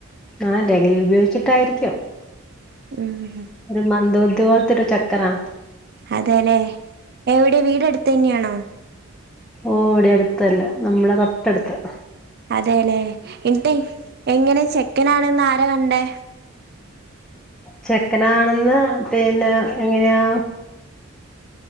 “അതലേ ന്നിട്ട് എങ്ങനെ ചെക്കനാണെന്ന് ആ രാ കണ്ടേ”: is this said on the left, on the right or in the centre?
Right